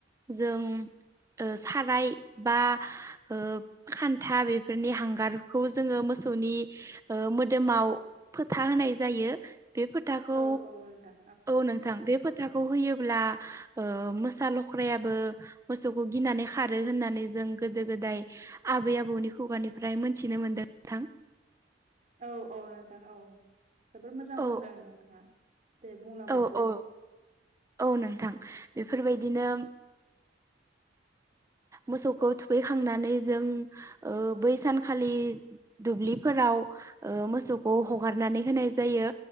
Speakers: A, on the right; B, on the right.
A: जों ओ साराय बा ओ खान्था बेफोरनि हांगारखौ जोङो मोसौनि ओ मोदोमाव फोथा होनाय जायो बे फोथाखौ
B: औ औ नोंथां
A: औ नों थां बे फोथाखौ होयोब्ला ओ मोसा लख्रायाबो मोसौखौ गिनानै खारो होननानै जों गोदो गोदाय आबै आबौनि खुगानिफ्राय मोनथिनो मोनदों नोंथां।
B: औ औ नोंथां औ जोबोर मोजां
A: औ
B: बुंदों नोंथाङा। दे बुंलांबाय
A: औ
B: थालाय
A: औ औ नोंथां बेफोरबायदिनो मोसौखौ थुखैखांनानै जों ओ बै सानखालि दुब्लिफोराव ओ मोसौखौ हगारनानै होनाय जायो